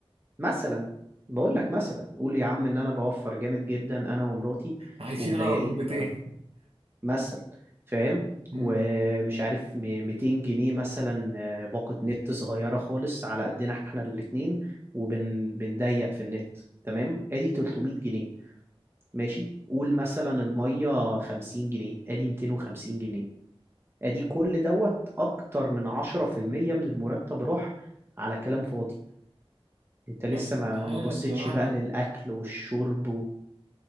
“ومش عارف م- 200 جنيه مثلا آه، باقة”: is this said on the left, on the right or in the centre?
Right